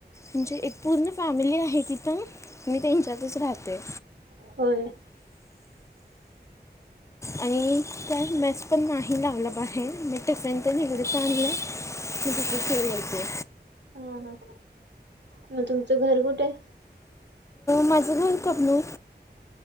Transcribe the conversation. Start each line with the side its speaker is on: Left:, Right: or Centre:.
Left: म्हणजे एक पूर्ण फॅमिली आहे तिथं मी त्यांच्यातच राहते
Right: होय
Left: आणि त्यात मॅस पण नाही लावलं पा आहे मग टिफरेंनीकडे चां आणलं कती ख यते
Right: हम हम मग तुमचं घर कुठे
Left: माझं घव कपनूर